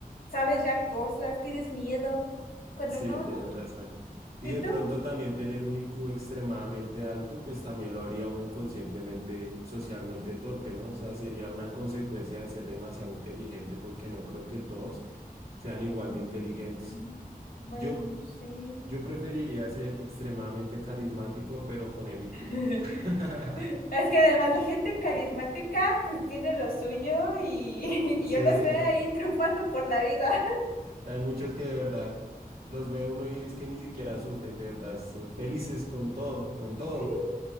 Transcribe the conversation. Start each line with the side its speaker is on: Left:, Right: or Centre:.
Left: sabes ya cosas, tienes miedo, y cuando
Right: Sí,
Left: no,
Right: tienes
Left: no.
Right: razón. Y
Left: ¿Y
Right: de
Left: tú?
Right: pronto también tener un IQ extremadamente alto, pues también lo haría uno inconscientemente, socialmente torpe, ¿no? O sea, sería una consecuencia de ser demasiado inteligente porque no creo que todos sean igual
Left: Mm,
Right: de inteligentes.
Left: Bueno,
Right: Yo,
Left: sí.
Right: yo preferiría ser extremadamente carismático, pero con el IQ
Left: <laughs>
Right: bajo. <laughs>
Left: Es que además la gente carismática pues tiene lo suyo y, <laughs>
Right: Sí,
Left: y yo los veo ahí triunfando por la vida. <laughs>
Right: hay muchos que de verdad los ve uno y es que ni siquiera sufren, de verdad, son felices con todo, con todo.
Left: Sí,